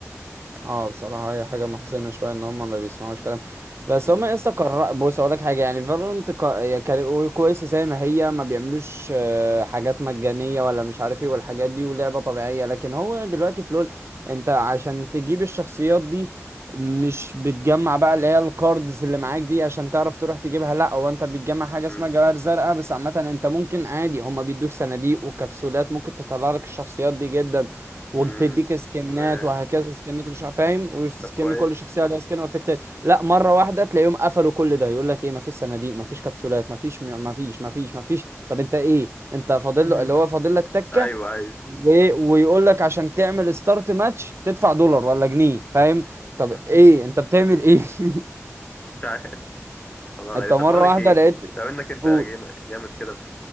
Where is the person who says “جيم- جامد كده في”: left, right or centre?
Left